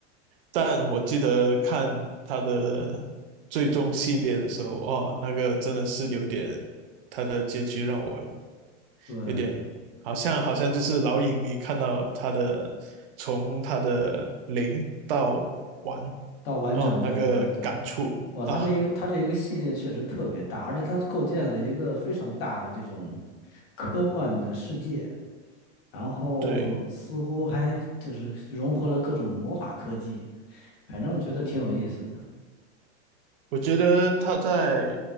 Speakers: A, on the right; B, on the left.
A: 但我记得看它的最终系列的时候，哇，那个真的是有点，它的结局让我
B: 对，
A: 有点好像好像就是老影迷看到他的从他的零到完
B: 到完整，
A: 哦，
B: 对对对对，
A: 那个感触啊。
B: 哇，它这一个它这一个系列确实特别大，而且它构建了一个非常大的这种科幻的世界，然后似乎还就是融合了各种魔法科技，
A: 对，
B: 反正我觉得挺有意思的。
A: 我觉得他在